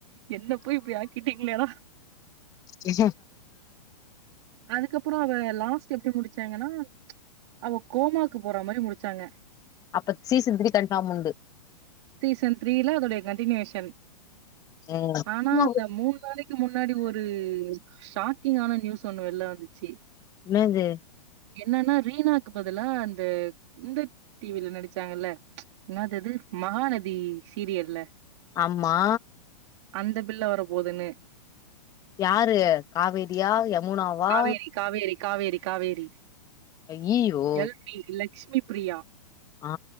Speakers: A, on the right; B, on the left.
A: என்ன போய் இப்டி ஆக்கிட்டீங்களேடா
B: இ
A: அதுக்கப்புறோ அவ லாஸ்ட் எப்படி முடிச்சாங்கன்னா அவ கோமாக்கு போற மாரி முடிச்சாங்க
B: அப்ப சீசன் த்ரீ கன்ஃபார்ம் உண்டு
A: சீசன் த்ரீல அதோடய கன்டினியூஷன்
B: ம்
A: ஆனா அந்த மூன் நாளைக்கு முன்னாடி ஒரு ஷாக்கிங்ஙான நியூஸ் ஒண்ணு வெள்ல வந்துச்சு
B: ன்னாது
A: என்னன்னா ரீனாக்கு பதிலா அந்த இந்த டி வில நடிச் சாங்கல்ல ன்னாதது மகாநதி சீரியல்ல
B: ஆம்மா
A: அந்த பிள்ள வர போதுன்னு
B: யாரு காவேரியா யமுனாவா
A: காவேரி காவேரி காவேரி காவேரி
B: அய்யய்யோ
A: எல் பி லக்சுமி பிரியா
B: அ